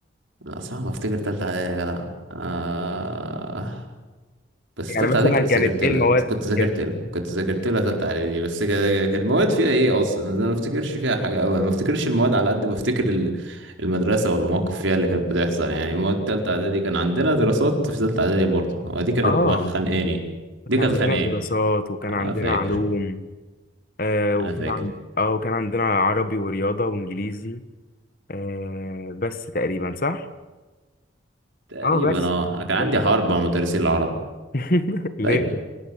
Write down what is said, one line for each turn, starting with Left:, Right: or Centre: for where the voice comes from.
Right: لا صعب افتكر تالتة اعدادي يا جدع آه... بس
Left: يعني
Right: تالتة
Left: مثلا
Right: اعدادي كنت
Left: كانت
Right: ذاكرت
Left: ايه
Right: لها
Left: المواد
Right: كنت ذاكرت
Left: كانت
Right: لها كنت ذاكرت لها تالتة اعدادي بس كا- كان المواد فيها ايه اصلا انا ما افتكرش فيها حاجة قوي ما افتكرش المواد على قد ما افتكر ال- المدرسة والمواقف فيها اللي كانت بتحصل يعني مواد تالتة اعدادي كان عندنا دراسات في تالتة اعدادي برضه هو دي كانت
Left: اه
Right: مخ- خانقاني دي
Left: كان
Right: كانت
Left: عندنا
Right: خانقاني
Left: دراسات وكان
Right: انا
Left: عندنا
Right: فاكر
Left: علوم آه وكان
Right: انا فاكر
Left: عن... اه وكان عندنا عربي ورياضة وانجليزي آه بس تقريبا صح
Right: تقريبا
Left: اه بس
Right: اه انا كان
Left: بس
Right: عندي حرب مع مدرسين العربي
Left: <laughs>
Right: دايما
Left: ليه